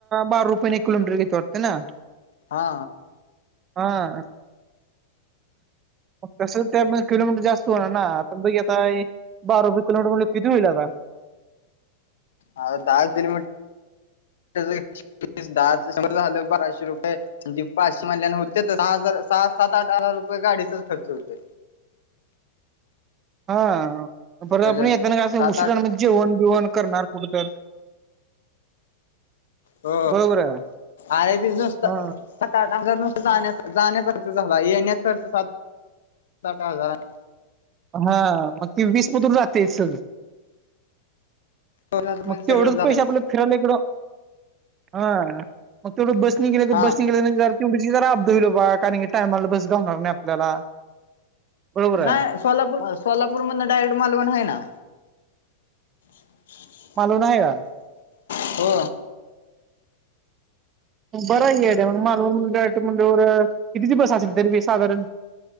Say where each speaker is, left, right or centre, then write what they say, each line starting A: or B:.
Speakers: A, on the right; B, on the left.
A: बारा रुपयाने एक किलोमीटर घेत वाटते ना
B: हा
A: हा तस त्या किलोमीटर जास्त होणार ना् बघ आता बारा रुपये किलोमीटर म्हण किती होईल आता
B: आत्ता दहा किलोमीटर तिथेच आहे. दहाच झालं बाराशे रुपये म्हणजे पाचशे महिल्याना होते तर सहा हजार सहा सात आठ हजार रुपये गाडीचाच खर्च होतो.
A: हा परत आपण
B: हॅलो
A: येतना का असं
B: सात
A: उशिराण
B: आठ
A: जेवण बेवण करणार कुठं तर
B: हो
A: बरोबर आहे
B: अरे ते नुसतं
A: हा
B: सात आत हजार जाण्यात जाण्याचा खर्च झाला येण्याचा खर्च सात आठ हजार आणि
A: हा मग ते वीस पतूर जातंय सगळं.
B: सोलापूर
A: मग
B: पण
A: तेवढंच
B: सगळं जातायच
A: पैसे आपलं फिराला इकडं हा मग तेवढं बस नि गेलं तर
B: हा
A: बस नि गेले तर तेवढी ज अबदा होईल बाबा कारण की टायमाला बस घावणार होणार नाही आपल्याला बरोबर आहे
B: नाही सोलापूर सोलापूर मधून डायरेक्ट मालवण आहे ना? हम्
A: मालवण आहे का?
B: हो
A: बरं आहे मालवण मधून डायरेक्ट म्हटल्यावर कितीची बस असेल तरी साधारण?